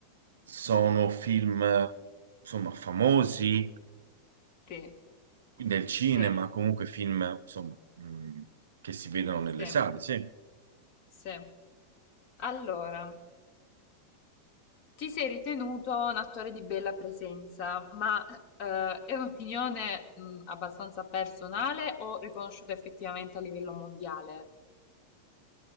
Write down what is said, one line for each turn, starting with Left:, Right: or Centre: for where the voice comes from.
Right: sono film, insomma, famosi
Left: Sì,
Right: nel cinema,
Left: sì,
Right: comunque film, insomma, mh, che si vedono nelle
Left: sì.
Right: sale, sì.
Left: Sì. Allora, ti sei ritenuto un attore di bella presenza, ma eh, è un'opinione mh, abbastanza personale o riconosciuta effettivamente a livello mondiale?